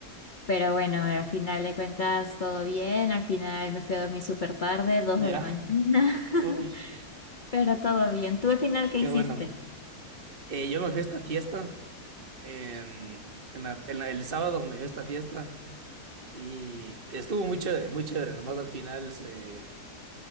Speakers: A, on the left; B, on the right.
A: Pero bueno, al final de cuentas todo bien, al final me fui a dormir súper tarde, dos
B: Ya.
A: de la mañana,
B: Uy,
A: <laughs> pero todo bien. ¿Tú al final qué
B: qué
A: hiciste?
B: bueno. Eh, yo me fui a esta fiesta en, en la- en la- el sábado me fui a esta fiesta y estuvo muy chévere, muy chévere. Nomás al final se,